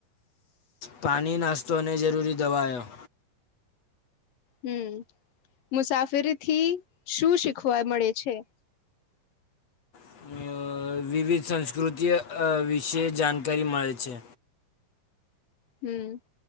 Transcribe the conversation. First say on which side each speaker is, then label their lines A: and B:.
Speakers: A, on the left; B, on the left.
A: પાણી નાસ્તો અને જરૂરી દવાયો.
B: હમ, મુસાફરી થી શું શીખવા મળે છે?
A: અ વિવિધ સંસ્કૃતિ વિશે જાણકારી મળે છે.
B: હમ,